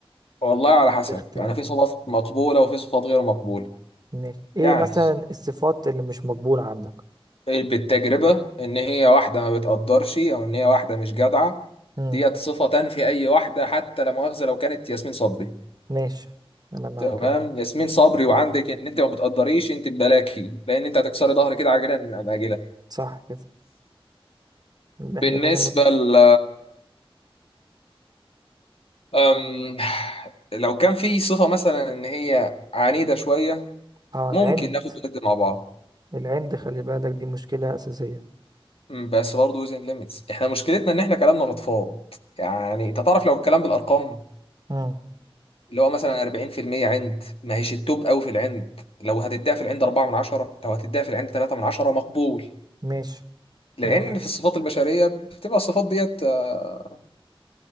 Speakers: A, on the left; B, on the right.
A: والله على حسب
B: تختن
A: يعني في صفات مقبوله وفي صفات غير مقبوله
B: ماشي ايه
A: يعني
B: مثلا الصفات اللي مش مقبولة عندك
A: بالتجربة إن هي واحدة ما بتقدرش أو إن هي واحدة مش جدعة
B: امم
A: ديت صفة تنفي أي واحدة حتى لا مؤاخذة لو كانت ياسمين صبري
B: ماشي انا معاك
A: تمام
B: ايه
A: ياسمين صبري وعندك إن أنت ما بتقدريش أنت ببلاكي لأن أنت هتكسري ظهري كده عاجلا أم آجلا
B: صح كده يبقى احنا
A: بالنسبة
B: كده مت...
A: ل أم... لو كان في صفة مثلا إن هي عنيدة شوية
B: اه
A: ممكن
B: العند
A: ناخد وندي مع بعض
B: العند خلي بالك دي مشكلة أساسية
A: أم، بس برضه وزن ليميتس إحنا مشكلتنا إن إحنا كلامنا بتفاض يعني أنت تعرف لو الكلام بالأرقام
B: امم
A: اللي هو مثلا 40% عند ما هيش التوب قوي في العند لو هتديها في العند 4 من 10 لو هتديها في العند 3 من 10 مقبول
B: ماشي
A: لان
B: انا معاك
A: في الصفات البشريه بتبقى الصفات ديت آه،